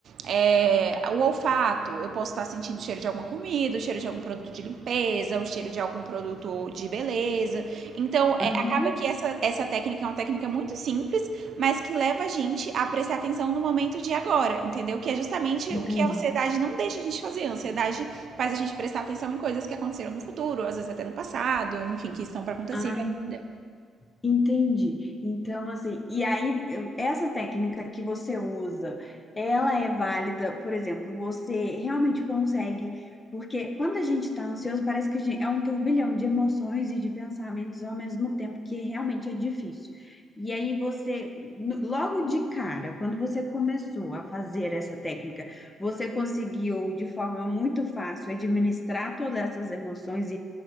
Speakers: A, on the right; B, on the left.
A: É, o olfato. Eu posso estar sentindo o cheiro de alguma comida, o cheiro de algum produto de limpeza, o cheiro de algum produto de beleza. Então, é,
B: aham,
A: acaba que essa, essa técnica é uma técnica muito simples mas que leva a gente a prestar atenção no momento de agora, entendeu? Que é justamente
B: entendi.
A: o que a ansiedade não deixa a gente fazer. A ansiedade faz a gente prestar atenção em coisas que aconteceram no futuro, às vezes até no passado, enfim, que estão para acontecer
B: Ah, en-
A: ainda.
B: entendi. Então, assim, e aí, eu- essa técnica que você usa, ela é válida, por exemplo, você realmente consegue, porque quando a gente está ansioso, parece que a gente, é um turbilhão de emoções e de pensamentos ao mesmo tempo, que realmente é difícil. E aí você, no- logo de cara, quando você começou a fazer essa técnica, você conseguiu de forma muito fácil administrar todas essas emoções